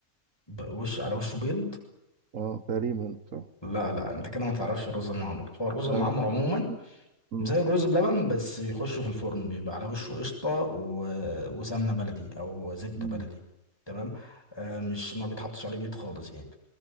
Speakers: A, on the left (about 15°); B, on the right (about 65°).
A: ب- وش على وشه بيض
B: اه تقريبا صح
A: لا لا انت كده ما تعرفش الرز المعمر هو الرز المعمر
B: لا اوكي
A: عموما
B: م-
A: زي الرز بلبن بس بيخش في الفرن بيبقى على وشه قشطة و... وسمنة بلدي أو زبدة
B: م-
A: بلدي تمام آه مش ما بيتحطش عليه بيض خالص يعني